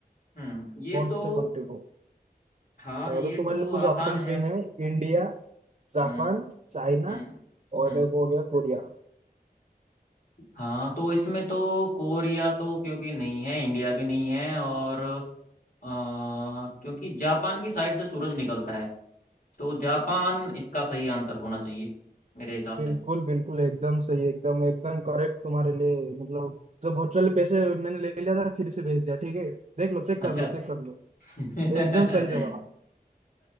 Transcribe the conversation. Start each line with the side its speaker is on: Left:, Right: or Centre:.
Left: हम्म ये
Right: कौन
Left: तो
Right: से कंट्री को
Left: हाँ
Right: अ, तो
Left: ये
Right: तुम्हारे
Left: तो
Right: लिए कुछ
Left: आसान
Right: ऑप्शंस
Left: है
Right: भी हैं इंडिया जापान
Left: हम्म
Right: चाइना
Left: हम्म
Right: और
Left: हम्म
Right: एक हो गया कोरिया
Left: हाँ तो इसमें तो कोरिया तो क्योंकि नहीं है इंडिया भी नहीं है और अ, क्योंकि जापान की साइड से सूरज निकलता है तो जापान इसका सही आंसर होना चाहिए मेरे हिसाब
Right: बिल्कुल
Left: से
Right: बिल्कुल एकदम सही एकदम एकदम करेक्ट तुम्हारे लिए मतलब जो वर्चुअल पैसे मैंने ले लिया था फिर से भेज दिया ठीक है देख लो चेक
Left: अच्छा
Right: कर लो चेक कर लो
Left: <laughs>
Right: एकदम सही जवाब